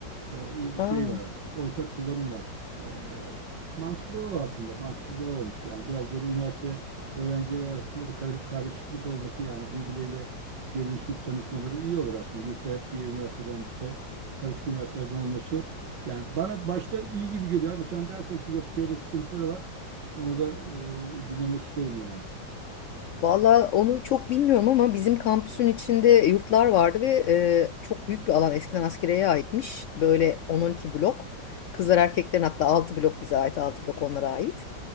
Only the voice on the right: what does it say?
O e,
şey var artık. Ortak kullanım var. E, mantıklı o aslında. Mantıklı da o olmuş. Yani biraz böyle üniversite öğrencileri arasında da karı- karışıklık olması yani birbirleriyle görüşüp tanışmaları iyi olur aslında. Yurtta hep bir üniversiteden ise karışık üniversitelerden olması yani bana başta iyi gibi geliyor ama sen dersen ki yok şöyle sıkıntıları var. Onu da e, dinlemek isterim yani.